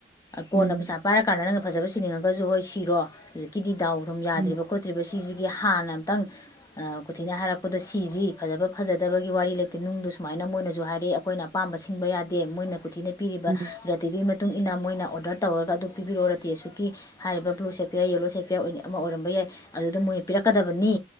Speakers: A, on the left; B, on the right.
A: ꯀꯣꯟꯅꯩꯁꯥ
B: ꯎꯝ
A: ꯄꯥꯏꯔꯀꯥꯟꯗ ꯅꯪ ꯐꯖꯕ ꯁꯤꯅꯤꯡꯉꯒꯁꯨ ꯍꯣꯏ ꯁꯤꯔꯣ ꯍꯧꯖꯤꯛꯀꯤꯗꯤ ꯗꯥꯎ ꯑꯗꯨꯝ ꯌꯥꯗ꯭ꯔꯤꯕ
B: ꯎꯝ
A: ꯈꯣꯠꯇ꯭ꯔꯤꯕ ꯁꯤꯁꯤꯒꯤ ꯍꯥꯟꯅ ꯑꯃꯝꯇꯪ ꯀꯊꯤꯅ ꯍꯥꯏꯔꯛꯄꯗꯣ ꯁꯤꯁꯤ ꯐꯖꯕ ꯐꯖꯗꯕꯒꯤ ꯋꯥꯔꯤ ꯂꯩꯇꯦ ꯅꯨꯡꯗꯣ ꯁꯨꯃꯥꯏꯅ ꯃꯣꯏꯅꯁꯨ ꯍꯥꯏꯔꯛꯏ ꯑꯩꯈꯣꯏꯅ ꯑꯄꯥꯝꯕ ꯁꯤꯡꯕ ꯌꯥꯗꯦ ꯃꯣꯏꯅ ꯀꯊꯤꯅ ꯄꯤꯔꯤꯕ
B: ꯎꯝ
A: ꯔꯥꯇꯤ ꯑꯩꯅ ꯃꯣꯏꯅ ꯑꯣꯔꯗꯔ ꯇꯧꯔꯒ ꯑꯗꯨ ꯄꯤꯕꯤꯔꯛꯑꯣ ꯅꯗꯤꯦ ꯑꯁꯨꯛꯀꯤ ꯍꯥꯏꯔꯤꯕ ꯕ꯭ꯂꯨ ꯁꯦꯄꯤꯦꯌꯥꯔ ꯌꯦꯜꯂꯣ ꯁꯦꯄꯦꯌꯥꯔ ꯑꯃ ꯑꯣꯏꯔꯝꯕ ꯌꯥꯏ ꯑꯗꯨꯗ ꯃꯣꯏꯅ ꯄꯤꯔꯛꯀꯗꯕꯅꯤ